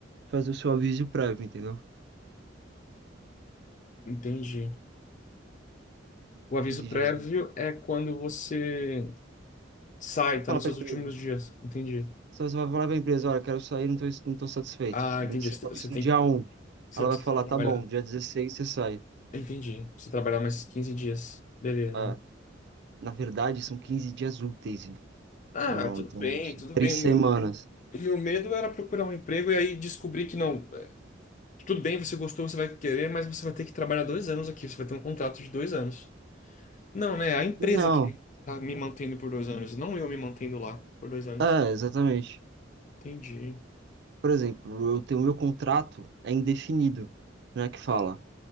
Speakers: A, on the right; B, on the left.
A: fazer o seu aviso prévio, entendeu?
B: entende? O aviso
A: 15
B: prévio
A: dias úteis.
B: é quando você sai,
A: Vai
B: tá
A: falar
B: nos
A: pra
B: seus
A: empresa.
B: últimos dias. Entendi.
A: Você vai falar pra empresa, olha, quero sair, não tô, não tô satisfeita.
B: Ah,
A: Você
B: entendi. Você
A: falou isso
B: tem
A: no dia
B: que,
A: um,
B: você
A: Ela
B: precisa
A: vai falar,
B: trabalhar.
A: tá bom, dia 16 você sai.
B: Entendi. Você trabalhar mais 15 dias. Beleza.
A: Ah, na verdade, são 15 dias úteis.
B: Ah,
A: Irmão,
B: tudo
A: então,
B: bem,
A: assim,
B: tudo
A: três
B: bem.
A: semanas.
B: O meu medo era procurar um emprego e aí descobrir que não, tudo bem, você gostou, você vai querer, mas você vai ter que trabalhar dois anos aqui, você vai ter um contrato de dois anos. Não, né? A empresa
A: Não,
B: que tá me mantendo por dois anos, não eu me mantendo lá por dois anos.
A: é, exatamente.
B: Entendi.
A: Por exemplo, eu tenho meu contrato é indefinido, né, que fala.